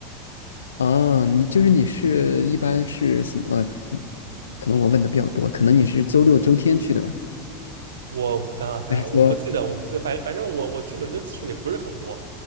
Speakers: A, on the left (about 85°); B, on the right (about 80°).
A: 啊，你就是你是一般是什么？呃可可能我问的比较多，可能你是周六周天去的吧？
B: 我想想看，
A: 还是说，
B: 我不记得，我不记得，反反正我我去伦敦次数也不是很多，